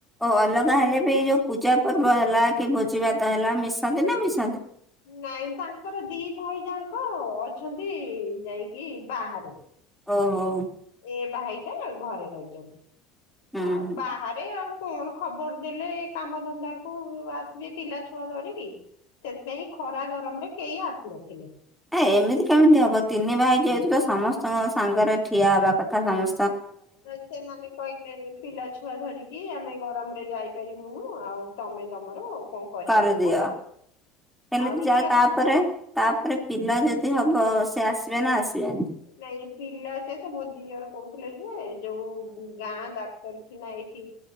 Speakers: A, in the centre; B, on the left (about 70°).
A: ଆଉ ଅଲଗା ହେଲେ ବି ଯୋଉ ପୂଜା ପର୍ବ ହେଲା କି ଭୋଜିିଭାତ ହେଲା ମିଶନ୍ତି ନା ମିସ
B: ନାଇଁ ତାଙ୍କର ଦି ଭାଇ ଯା ଙ୍କ ହଁ ଅଛନ୍ତି ଯାଇକି ବାହାରେ।
A: ଓହୋ।
B: ଏ ଭାଇଟା ଘରେ ରହିଚନ୍ତି।
A: ହୁଁ
B: ଆଉ
A: ହୁଁ।
B: ବାହାରେ ଆଉ କଣ ଖବର ଦେଲେ କାମଧନ୍ଦା କୁ ଆସିବେ ପିଲା ଛୁଆ ଧରିକି ସେଥିପାଇଁ ଖରା ଗରମରେ କେହି ଆସିନଥିଲେ।
A: ଏ ଏମିତି କେମିତି ହବ ତିନି ଭାଇ ଯେହେତୁ ତ ସମସ୍ତଙ୍କ ସାଙ୍ଗରେ ଠିଆ ହବା କଥା ସମ
B: ସେମାନେ କହିଲେ ପିଲା ଛୁଆ ଧରିକି ଆମେ ଗରମରେ ଯାଇ ପାରିବୁନୁ ଆଉ ତମେ ତମର କଣ କରିବା
A: କରିଦିଅ
B: କଥା
A: ହେଲେବି
B: ଆଉ ଇଏ
A: ଯା
B: ଆଉ
A: ତାପରେ ତାପରେ ପିଲା ଯ ଦି ହବ ସେ ଆସିବେ ନା ଆସିବେନି?
B: ନାଇଁ ପିଲା ସେ ସେ ମୋ ଦିଅର କୋହୁଥିଲେ ଯେ ଯୋଉ ଗାଁ ଡାକ୍ତରଖିନା ଏଇଠି